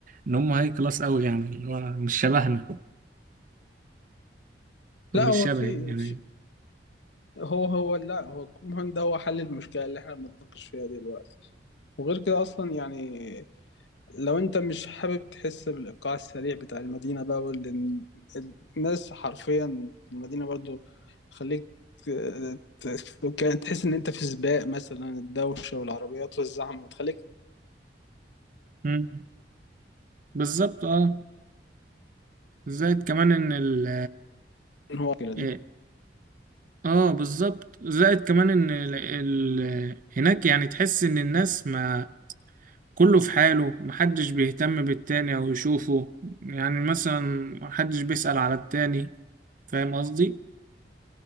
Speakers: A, on the right; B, on the left.
A: إن هم هاي كلاس أوي يعني اللي هو مش شبهنا أو
B: لا
A: مش
B: هو
A: شبهي
B: في
A: يعني
B: في- هو هو لا هو المهم ده هو حل المشكلة اللي احنا بنتناقش فيها دلوقتي وغير كده اصلا يعني لو انت مش حابب تحس بالايقاع السريع بتاع المدينه بقى وال- الناس حرفيا في المدينه برضو خليك آه، ت- وكان تحس ان انت في سباق مثلا الدوشه والعربيات والزحمه بتخليك
A: مم. بالظبط أه زائد كمان إن ال
B: ان هو كده دي
A: آه، اه بالظبط زائد كمان ان ال... ال... هناك يعني تحس ان الناس ما كله في حاله محدش بيهتم بالتاني او يشوفه يعني مثلا محدش بيسأل على التاني فاهم قصدي